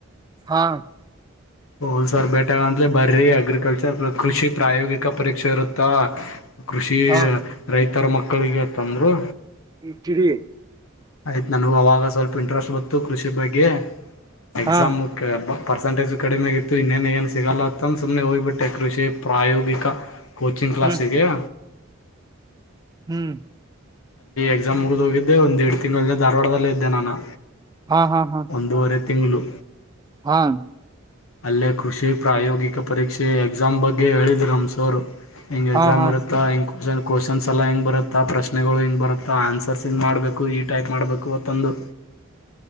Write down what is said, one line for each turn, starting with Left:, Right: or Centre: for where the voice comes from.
Right: ಹಾ
Left: ಹಲ್ ಸರ್ ಬೇಟಾಗ ಅಂದಲ ಬರ್ರೀ ಅಗ್ರಿಕಲ್ಚರ್ ಕೃಷಿ ಪ್ರಾಯೋಗಿಕ ಪರೀಕ್ಷೆ ಇರುತ್ತಾ ಕೃಷಿ
Right: ಹಾ
Left: ರೈತರ ಮಕ್ಕಳಿಗೆ ತಂದ್ರು
Right: ಇಟ್ಟಡಿ
Left: ಆಯ್ತು ನನಗೆ ಅವಾಗ ಸ್ವಲ್ಪ ಇಂಟ್ರೆಸ್ಟ್ ಬತ್ತು ಕೃಷಿ ಬಗ್ಗೆ ಎಕ್ಸಾಮ್ಕ್ಕೆ
Right: ಹಾ
Left: ಬ ಪರ್ಸಂಟೇಜುಡಿೆಗತ್ತು ಇನ್ನೇ ಏನು ಸಿಗಲ್ಲತ್ತಂತ ಸು್ನೆ ಹೋಗ್ಬಟ್ಟು ಟೆ ಕೃಷಿ ಪ್ರಾಯೋಗಿಕ ಕೋಚಿಂಗ್ ಕ್ಲಾಸ್ಿಗೆೆಯ
Right: ಹ್ಮ್ ಹ್ಮ್
Left: ಎಕ್ಸಾಮ್ ಮುಗಿದು ಹೋಗಿದ್ದೆ ಒಂದು ಎರಡು ತಿಂಗಳಲ್ಲೇ ಧಾರವಾಡದಲ್ಲೇ ಇದ್ದೆ ನಾನು
Right: ಹಾ ಹಾ ಹಾ
Left: ಒಂದೂವರೆ ತಿಂಗಳು
Right: ಹ್ಮ
Left: ಅಲ್ಲೇ ಕೃಷಿ ಪ್ರಾಯೋಗಿಕ ಪರೀಕ್ಷೆ ಎಕ್ಸಾಮ್ ಬಗ್ಗೆ ಹೇಳಿದ್್ರಮ್ಸೋರು ಹೆಿಂಗ್ ಎಕ್ಸಾಮ್
Right: ಹಾ ಹಾ
Left: ಇರುತ್ತ ಕ್ವಶನ್ಸ್ ಎಲ್ಲ ಹೆಂಗ ಬರುತ್ತ ಆ ಪ್ರಶ್ನೆಗಳು ಹೆಂಗ್ ಬರುತ್ತೆ ಅಥ ಆನ್ಸರ್ಸ್ ಇಿಂದ ಮಾಡಬೇಕು ಈ ಟೈಪ್ ಮಾಡಬೇಕು ತಂದು